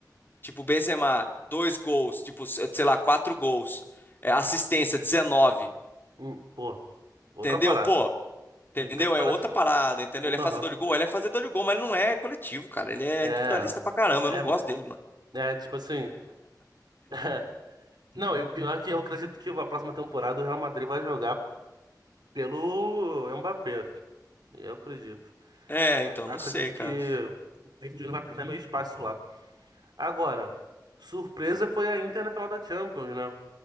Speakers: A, on the left; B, on the right.
A: tipo, o Benzema, dois gols, tipo, se- sei lá, quatro gols, é, assistência, 19,
B: Hum, pô. Outra
A: entendeu?
B: parada.
A: Pô, entendeu?
B: Não tem comparação.
A: É outra parada, entendeu?
B: Aham.
A: Ele é fazedor de gol, ele é fazedor de gol, mas ele não é coletivo, cara. Ele é
B: É.
A: individualista pra caramba,
B: É.
A: eu não gosto dele, mano.
B: É, tipo assim. <laughs> Não, e o pior é que eu acredito que a próxima temporada o Real Madrid vai jogar pelo Mbappé. Eu acredito.
A: É, então,
B: Acredito
A: não sei, cara.
B: que o Corinthians não vai perder meu espaço lá. Agora, surpresa foi a Inter na final da Champions, né?